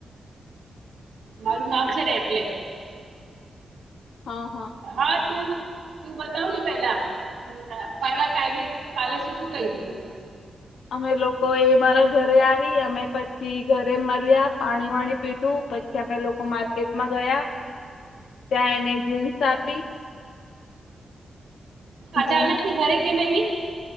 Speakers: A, on the right (about 80°); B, on the left (about 85°).
A: મારું નામ છે, ને એટલે.
B: હા હા.
A: હા તું તું બતાવ ને પેલા. પહેલા ક હતી તો કાલે શું શું કહી દીધું.
B: અમે લોકો એ મારા. ઘરે આવી. અમે પછી ઘરે મળ્યા. પાણી વાણી પીધું, પછી અમે લોકો માર્કેટ. માં ગયા, ત્યાં એને જીન્સ આપી.
A: અચાનક
B: જ.
A: ઘરે કેમ આયવી?